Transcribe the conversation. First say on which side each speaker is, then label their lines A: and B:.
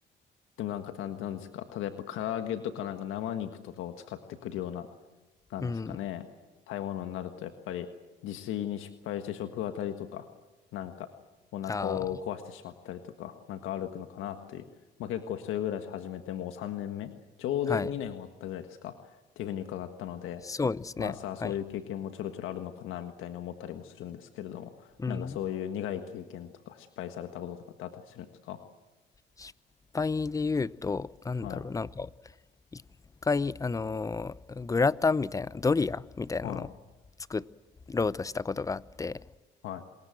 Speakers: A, on the left; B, on the left.
A: でもなんか、なんなんですかただやっぱ唐揚げとかなんか生肉とかを使ってくるような、なんですかね。
B: うん。
A: 食べ物になるとやっぱり自炊に失敗して食当たりとか、なんかお腹を壊してしまったりとか、
B: あ
A: なんか歩くのかなっていう。まあ結構一人暮らし始めてもう3年目、ちょうど2年終わったぐらいですかっていうふうに伺ったので、
B: あ、はい。そうですね。
A: まあさあそういう経験もちょろちょろあるのかなみたいに思ったりもするんですけれども、
B: はい。うん。
A: なんかそういう苦い経験とか失敗されたこととかってあったりするんですか
B: 失敗で言うと、なんだろう、
A: はい。
B: なんか、一回、あのーグラタンみたいな、ドリアみたいなのを作ろうとしたことがあって、
A: はい。はい。